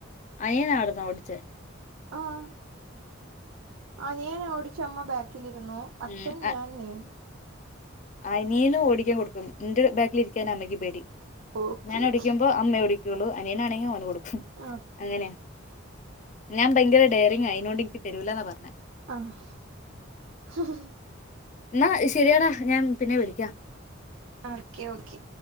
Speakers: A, on the left; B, on the right.
A: അനിയ്യ ന്നാരുനു ഓടിച്ചെ
B: ആഹ് അനിയൻ ഓടിച്ച് അമ്മ ബാക്കിലിരുന്നു. അച്ഛൻ
A: ഉം അ
B: ഞാൻ നീ
A: അനിയനു ഓടിക്കാൻ കൊടുക്കും എന്റെ ബാഗിലി രിക്കാൻ അമ്മക്ക്പേടി
B: ഓക്കെ
A: ഞാനോടിക്കുമ്പൊ
B: ഓക്കെ
A: അമ്മയോടിക്കൂള്ളു അനിയാണെങ്കി ഓന് കൊടുക്കു.
B: ആഹ്
A: അങ്ങനെയാ ഞാൻ ഭയങ്കര ഡെയറിങ അയ്നോണ്ട് എനിക്ക് തരൂലാന പറ
B: അഹ് ഹ്ഹ്ഹ്
A: എന്നാ ശരിയെടാ ഞാൻ പിന്നെ വിളിക്കാം.
B: ആക്കെ ഓക്കെ